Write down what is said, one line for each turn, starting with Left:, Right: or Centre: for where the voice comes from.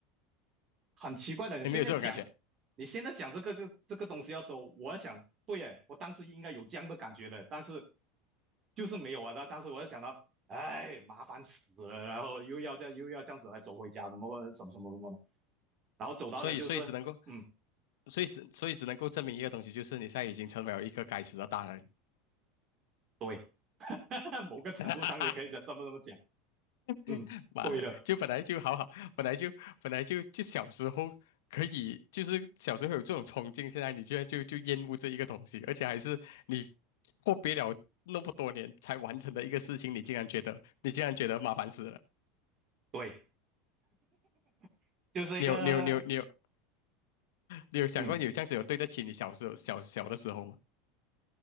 Right: 很奇怪的，你现在讲，
Left: 你没有这种感觉。
Right: 你现在讲这个个这个东西要说，我在想，对耶，我当时应该有这样的感觉的，但是就是没有啊。那当时我就想到，哎，麻烦死了，然后又要这样又要这样子来走回家，什么什么什么什么的，然后走到的就是，
Left: 所以，所以只能够，
Right: 嗯，
Left: 所以只，所以只能够证明一个东西，就是你现在已经成为了一个该死的大人。
Right: 对，<laughs> 某个程度上你可以这么这么讲，
Left: <laughs>
Right: 嗯，
Left: <laughs> 妈的，
Right: 对的，
Left: 就本来就好好，本来就本来就就小时候可以，就是小时候有这种冲劲，现在你居然就就厌恶这一个东西，而且还是你阔别了那么多年才完成的一个事情，你竟然觉得你竟然觉得麻烦死了，
Right: 对，<laughs> 就是一个，
Left: 你有你有你有你有你有想过你有这样子有对得起你小时候小小的时候吗？
Right: 嗯。